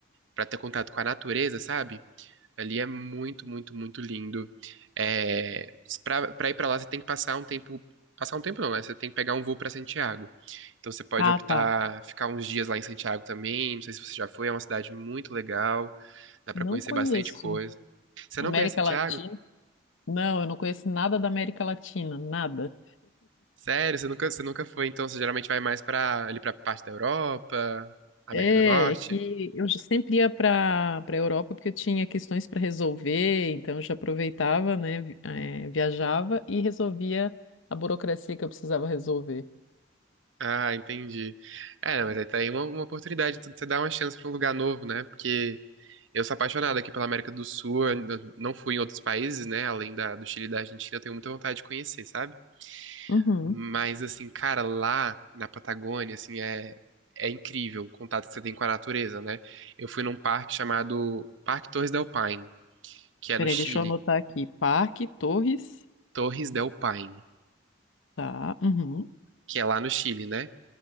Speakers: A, on the right (about 75°); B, on the left (about 85°).
A: pra ter contato com a natureza, sabe? Ali é muito, muito, muito lindo. É, pra, pra ir pra lá, você tem que passar um tempo. Passar um tempo não, né? Você tem que pegar um voo pra Santiago. Então você pode
B: Ah,
A: optar
B: tá.
A: ficar uns dias lá em Santiago também. Não sei se você já foi, é uma cidade muito legal. Dá pra
B: Não
A: conhecer
B: conheço.
A: bastante coisa. Você
B: América
A: não conhece Santiago?
B: Latina? Não, eu não conheço nada da América Latina, nada.
A: Sério, você nunca, você nunca foi, então você geralmente vai mais pra, ali pra parte da Europa, América
B: É,
A: do Norte.
B: é que eu já sempre ia para para Europa porque eu tinha questões para resolver, então eu já aproveitava, né, vi- eh, viajava e resolvia a burocracia que eu precisava resolver.
A: Ah, entendi. É, mas aí tá aí uma, uma oportunidade, então de você dá uma chance pra um lugar novo, né? Porque eu sou apaixonado aqui pela América do Sul, eu ainda não fui em outros países, né? Além da, do Chile e da Argentina, eu tenho muita vontade de conhecer, sabe?
B: Uhum.
A: Mas, assim, cara, lá na Patagônia, assim, é, é incrível o contato que você tem com a natureza, né? Eu fui num parque chamado Parque Torres del Paine, que é
B: Peraí,
A: no Chile.
B: deixa eu anotar aqui. Parque, Torres,
A: Torres del Paine,
B: tá? Uhum.
A: que é lá no Chile, né?